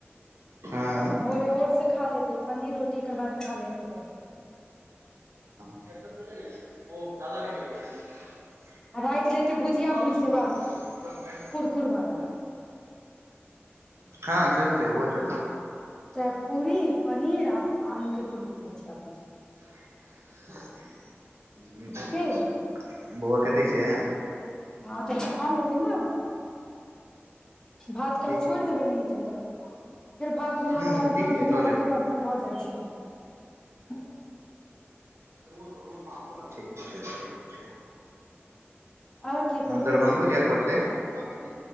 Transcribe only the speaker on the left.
भोरे ओटस खा लेते पनीर रोटी एकर बाद खा लेतेै
आ राति ले एते भुजिया भुजि
लेब आलूके कुरकुरवला
चाहे पूरी पनीर आ आलू के कुरकुर भुजिया भुजिया
के
हँ तऽ अब खा लेते ने भात काल्हि
छोड़ि
देबै ने हेतै तऽ फेर भात बनाउ
दालि बनाउ
दुनिया
भरके
बर्तन भऽ जाइ छै
आओर की करबै
यौ